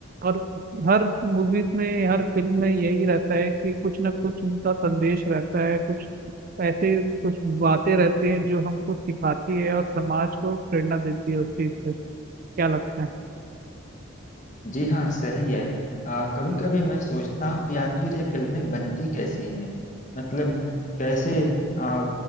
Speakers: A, on the right; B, on the left.
A: और हर मूवीज में हर फिल्म में यही रहता है कि कुछ ना कुछ उनका संदेश रहता है कुछ ऐसे कुछ बातें रहती हैं जो हमको सिखाती है और समाज को प्रेरणा देती है उस चीज़ से क्या लगता है
B: जी हाँ सही है कभी कभी मैं सोचता हूँ कि आखिर ये फिल्में बनती कैसी हैं मतलब कैसे आ,